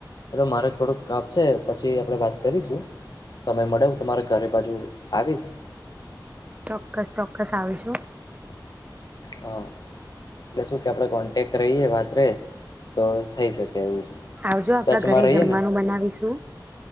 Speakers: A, on the left; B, on the right.
A: મારે થોડુંક કાપ છે પછી આપણેે વાત કરીશું, સમય મળે તમારે ઘરે બાજુ આવીશ.
B: ચોક્કસ ચોક્કસ આવીજું.
A: હા, એટલે શું કે આપણે કોન્ટેક રહીએ વાત રે તો થઈ શકે. એવું છે
B: આવજો આપણા
A: ટચમાં
B: ઘરે
A: રહીએ
B: જમવાનું
A: ને
B: બનાવીશું.